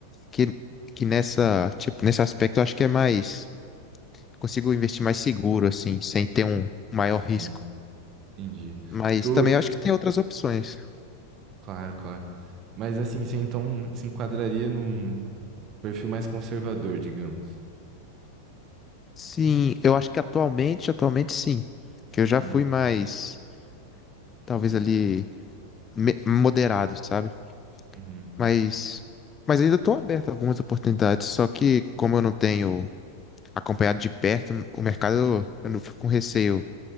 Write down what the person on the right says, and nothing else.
Hum, entendi.
Tu.
Claro, claro. Mas assim, você então se enquadraria num perfil mais conservador, digamos.
Uhum.
Uhum,